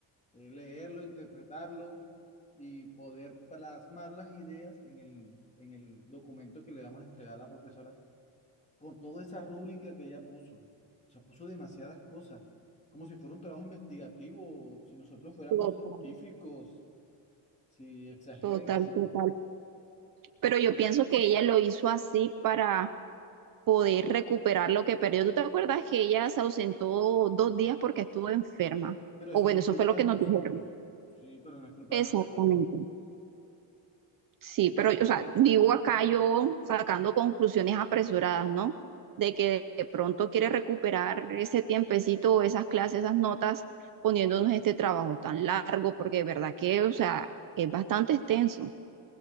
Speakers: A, on the left (about 15°); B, on the right (about 50°).
A: eh, leerlo, interpretarlo y poder plasmar las ideas en el, en el documento que le vamos a entregar a la profesora con toda esa rúbrica que ella puso. O sea, puso demasiadas cosas, como si fuera un trabajo investigativo, si nosotros fuéramos
B: Total,
A: científicos, si exageran
B: total,
A: esto.
B: total. Pero yo pienso que ella lo hizo así para poder recuperar lo que perdió. ¿Tú te acuerdas que ella se ausentó dos días porque estuvo enferma?
A: Pero
B: O
A: eso
B: bueno,
A: no es
B: eso
A: culpa
B: fue lo que
A: de
B: nos
A: nosotros.
B: dijeron.
A: Sí, pero no es culpa
B: Exactamente. Sí, pero, o sea, digo acá yo sacando conclusiones apresuradas, ¿no? De que de pronto quiere recuperar ese tiempecito, esas clases, esas notas, poniéndonos este trabajo tan largo, porque de verdad que, o sea, es bastante extenso.